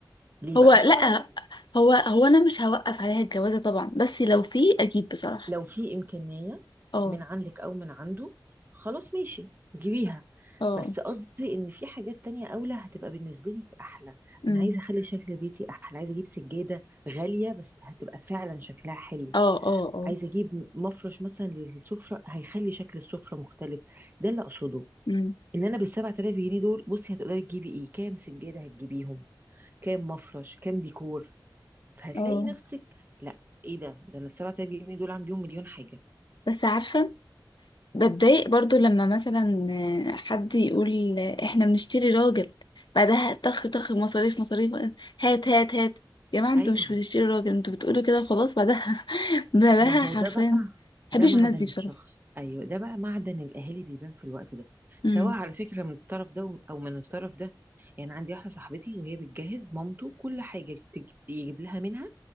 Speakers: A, on the right (about 25°); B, on the left (about 70°).
A: ليه
B: هو
A: بقى عشان
B: لأ
A: ما هي
B: هو هو أنا مش هوقف عليها الجوازة طبعا بس لو في أجيب بصراحة
A: لو في إمكانية
B: اه
A: من عندك أو من عنده خلاص ماشي جيبيها
B: اه
A: بس قصدي إن في حاجات تانية أولى هتبقى بالنسبة لك أحلى
B: أمم،
A: أنا عايزة أخلي شكل بيتي أحلى عايزة أجيب سجادة غالية بس هتبقى فعلا شكلها حلو
B: اه اه اه
A: عايزة أجيب مفرش مثلا للسفرة هيخلي شكل السفرة مختلف ده اللي أقصده
B: أمم،
A: إن أنا بالسبعة آلاف جنيه دول بصي هتقدري تجيبي إيه كام سجادة هتجيبيهم كام مفرش كام ديكور فهتلاقي
B: اه
A: نفسك لا إيه ده ده أنا السبعة آلاف جنيه دول عم بيهم مليون حاجة
B: بس عارفة بتضايق برضو لما مثلا حد يقول احنا بنشتري راجل بعدها طخ طخ مصاريف مصاريف هات هات هات يا جماعة انتوا
A: أيوه
B: مش بتشتري راجل انتوا بتقولوا كده خلاص بعدها <laughs> بعدها
A: ما هو
B: حرفيا
A: ده بقى
B: محبش
A: ده معدن
B: الناس دي
A: الشخص
B: بصراحة
A: ايوه ده بقى معدن الاهالي بيبان في الوقت ده
B: امم
A: سواء على فكره من الطرف ده او من الطرف ده يعني عندي واحده صاحبتي وهي بتجهز مامته كل حاجه تج- يجيب لها منها